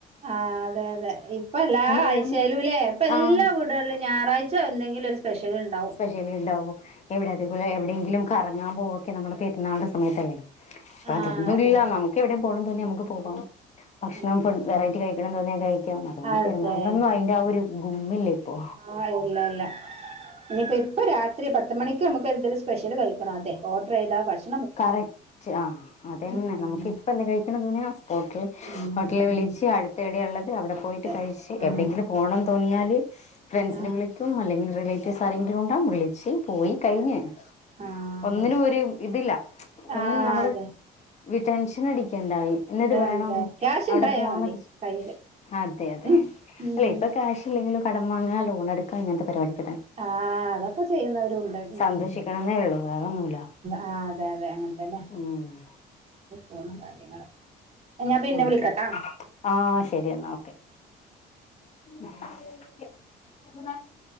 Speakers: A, on the right (about 40°); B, on the left (about 40°).
A: ആ അതെ അതെ ഇപ്പെല്ലാ ആഴ്‌ച്ചെല്ലൂല്ലേ
B: വേണന്ന്
A: ഇപ്പ എല്ലാ
B: ആഹ്
A: വീടുകളിലും ഞാറാഴ്ച ച്ചോന്തെങ്കിലും സ്പെഷ്യലുണ്ടാവും
B: സ്പെഷ്യലിലുണ്ടാവും എവിടെത്തെ പ്പോലെ എവിടെങ്കിലും കറങ്ങാൻ പോവൊക്കെ നമ്മടെ പെരുന്നാളി ന്റെ സമയത്തല്ലേ അപ്പൊ
A: ആഹ്
B: അതൊന്നുമില്ല
A: അതെ
B: നമു ക്കെ എവിടെ പോണന്ന് തോന്നിയാ നമ്മക്ക് പോവാം ഭക്ഷണം
A: ഉം
B: ഫുഡ്
A: ഉം
B: വെറൈറ്റി കഴിക്കണെന്ന് തേന്നിയാ കഴി ക്കാം അതോണ്ട്
A: അതെ
B: പെരുന്നാളിനൊന്നും അയിന്റെ ആ ഒരു ഗുമ്മില്ലാ ഇപ്പോ.
A: ആഹ് ഇല്ല ഇല്ല ഞ്ഞിപ്പോ ഇപ്പേ രാത്രി പത്ത്മണിക്ക് നമുക്ക് എന്തെലും സ്പെഷൽ കഴിക്കെണം അതെ ഓർഡയ്താ ഭക്ഷ്
B: കറക്റ്റ് ആ അതെന്നെ,
A: ഉം
B: നമുക്ക് ഇപ്പന്ത് കഴിക്കെണം തോന്ന്യാ സ്പോട്ടിൽ.
A: ഉം
B: ഹോട്ടലീ
A: ഉം
B: വിളിച്ച് അടുത്തെവിടെയുള്ളത് അവിടെ
A: അതെ
B: പോയിട്ട് കഴിച്ച്
A: ആഹ്
B: എവിടെങ്കിലും പോണം തോന്നിയാല് ഫ്രണ്ട്സിനെ
A: ആഹ്
B: വിളി സും അല്ലെങ്കി, റിലേറ്റീസ് ആരെങ്കിലും ണ്ടാവും. വിളിച്ച് പോയി
A: അതെ
B: ക്കഴിഞ്ഞ്.
A: അതെ ആഹ് അതെ
B: ഒന്നിനും ഒരുതില്ല ഒന്നിനും
A: ആഹ്
B: നമ്മള്
A: അതെ
B: വി ടെൻഷനടിക്കെണ്ടായ്. ന്നത് വേണം
A: എന്താ ക്യാഷ്
B: അവിടെ
A: ഉണ്ടായാ
B: പോണന്നൊക്കെ
A: മതി കയ്യില്
B: അതെ തെ
A: ഉം ഉം
B: ല്ലെ ഇപ്പൊ ക്യാഷില്ലെലും കടം വാങ്ങ ലോണടക്കാ ഇങ്ങൻത്തെ പരിപാടി
A: ആഹ് അതൊക്കെ ചെയ്യുന്നവരുണ്ട് ഉം
B: സന്തോഷിക്കണംന്നേ ഉള്ളൂ വേറൊന്നുല്ല
A: ആ.. തെ തെ അങ്ങൻതന്നെ,
B: ഉം
A: നെപോണു കാര്യങ്ങൾ ഞാ പിന്നെ,
B: അതെ
A: വിളിക്കാട്ടാ.
B: ആഹ് ശരി എന്നാ <inaudible>